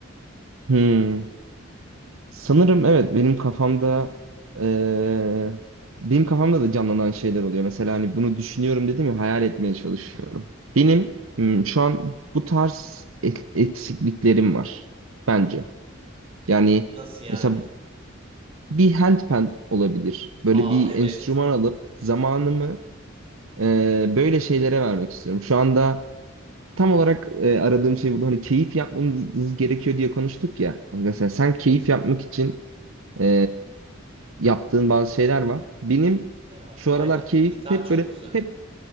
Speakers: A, on the right (about 90°); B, on the right (about 30°).
A: Hmm. Sanırım evet benim kafamda eee, benim kafamda da canlanan şeyler oluyor. Mesela hani bunu düşünüyorum dedim ya hayal etmeye çalışıyorum. Benim hmm, şu an bu tarz ek- eksikliklerim var bence. Yani
B: Nasıl yani?
A: mesela bir handpan olabilir. Böyle
B: Aa
A: bir
B: evet.
A: enstrüman alıp zamanımı eee, böyle şeylere vermek istiyorum. Şu anda tam olarak e, aradığım şey bu. Hani keyif yapmamız gerekiyor diye konuştuk ya. Hani
B: Hı,
A: Mesela sen keyif yapmak için e, yaptığın bazı şeyler var. Benim
B: Gitar abi
A: şu
B: aynen.
A: aralar keyif
B: Gitar
A: hep
B: çok
A: böyle
B: güzel.
A: hep